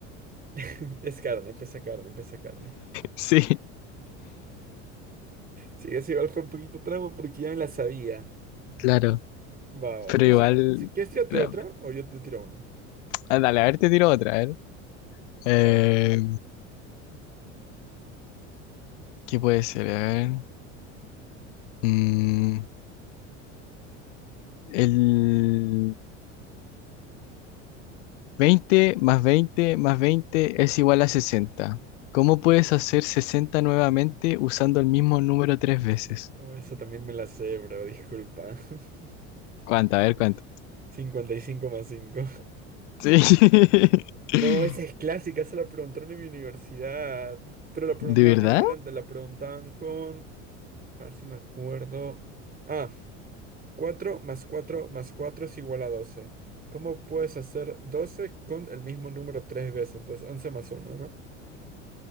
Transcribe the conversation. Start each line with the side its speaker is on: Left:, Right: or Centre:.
Right: <laughs> es carne, pesa carne, pesa carne.
Left: Sí,
Right: Sí, ese igual fue un poquito trampa porque ya me la sabía.
Left: claro,
Right: Va, va.
Left: pero
Right: Entonces,
Left: igual...
Right: si si quieres, tírate
Left: era-
Right: otra o yo te tiro una.
Left: Ah, dale, a ver, te tiro otra, a ver. Eh,
Right: Va, va.
Left: ¿qué puede ser? A ver. Mm, el... 20 más 20 más 20 es igual a 60. ¿Cómo puedes hacer 60 nuevamente usando el mismo número tres veces?
Right: Oh, esa también me la sé, bro, disculpa. <laughs>
Left: ¿Cuánto? A ver, ¿cuánto?
Right: 55 más 5.
Left: Sí. <laughs>
Right: No, esa es clásica, esa la preguntaron en mi universidad. Pero la preguntaban
Left: ¿De verdad?
Right: diferente, la preguntaban con... A ver si me acuerdo. Ah, Cuatro más 4 más 4 es igual a 12. ¿Cómo puedes hacer 12 con el mismo número tres veces? Entonces 11 más uno, ¿no?